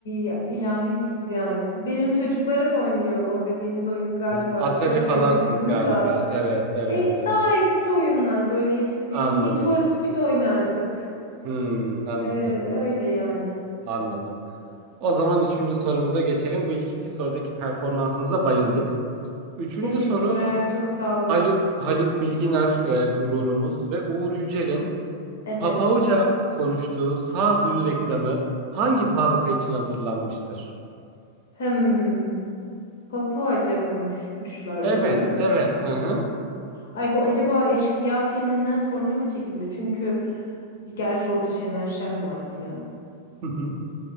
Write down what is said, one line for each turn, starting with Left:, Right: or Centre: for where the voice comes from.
Left: ilahi siz yani. Benim çocuklarım oynuyor o dediğiniz oyunu galiba
Right: Hı, Atari
Left: birkaç
Right: falan
Left: kere duydum
Right: siz galiba.
Left: da.
Right: Evet, evet,
Left: E,
Right: evet.
Left: daha eski oyunlar böyle işte biz
Right: Anladım.
Left: Need for Speed oynardık.
Right: Hmm, anladım.
Left: E, öyle yani.
Right: Anladım. O zaman üçüncü sorumuza geçelim. Bu ilk iki sorudaki performansınıza bayıldık. Üçüncü
Left: Teşekkürler,
Right: soru
Left: çok sağ olun.
Right: Halu, Haluk Bilginer e, gururumuz ve Uğur Yücel'in
Left: Evet.
Right: Papauca konuştuğu sağduyu reklamı hangi banka için hazırlanmıştır?
Left: Hmm, Papuaca konuşmuşlar öyle
Right: Evet,
Left: mi?
Right: evet. Hı hı.
Left: Ay bu acaba Eşkıya filminden sonra mı çekildi? Çünkü gerçi orada Şener Şen vardı ya.
Right: <laughs>